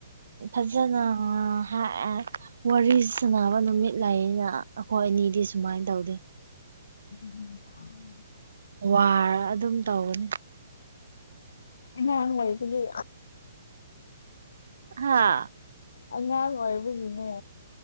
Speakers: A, on the right (about 65°); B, on the left (about 60°).
A: ꯐꯖꯅ ꯑꯥ ꯋꯥꯔꯤ ꯁꯥꯟꯅꯕ ꯅꯨꯃꯤꯠ ꯂꯩꯌꯦꯅ ꯑꯩꯈꯣꯏ ꯑꯅꯤꯗꯤ ꯁꯨꯃꯥꯏꯅ ꯇꯧꯗꯦ
B: <unintelligible>
A: ꯋꯥꯔ ꯑꯗꯨꯝ ꯇꯧꯒꯅꯤ
B: ꯉꯥꯡ ꯑꯣꯏꯕꯗꯤ
A: ꯍꯥꯥ
B: ꯑꯉꯥꯡ ꯑꯣꯏꯕꯒꯤꯅꯦ